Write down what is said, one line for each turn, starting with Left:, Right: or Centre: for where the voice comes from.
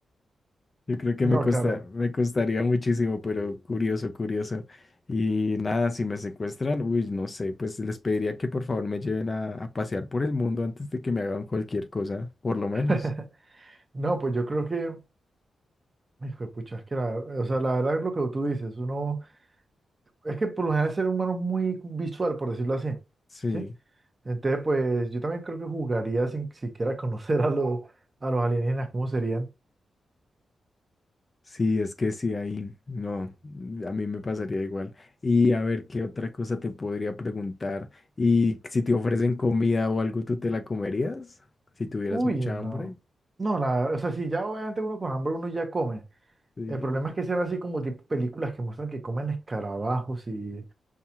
Left: Yo creo que
Right: No,
Left: me costa,
Right: claro.
Left: me costaría muchísimo, pero curioso, curioso. Y nada, si me secuestran, uy, no sé, pues les pediría que por favor me lleven a, a pasear por el mundo antes de que me hagan cualquier cosa, por lo menos.
Right: <laughs> No, pues yo creo que, hijo de pucha, es que la, o sea, la verdad es lo que tú dices, uno... es que por lo general el ser humano es muy visual, por decirlo así,
Left: Sí.
Right: ¿sí? Entonces, pues yo también creo que jugaría sin siquiera conocer a los, a los alienígenas, ¿cómo serían?
Left: Sí, es que sí, ahí no, mm, a mí me pasaría igual. Y a ver, ¿qué otra cosa te podría preguntar? Y si te ofrecen comida o algo, ¿tú te la comerías? Si tuvieras
Right: Uy,
Left: mucha hambre.
Right: no. No, la, o sea, si ya obviamente uno con hambre uno ya come.
Left: Sí.
Right: El problema es que sean así como tipo películas que muestran que comen escarabajos y,